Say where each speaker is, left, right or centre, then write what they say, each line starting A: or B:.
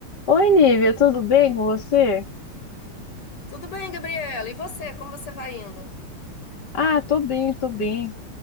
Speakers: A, on the left; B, on the left.
A: Oi, Nívia, tudo bem com você?
B: Tudo bem, Gabriela? E você? Como você vai indo?
A: Ah, tô bem, tô bem.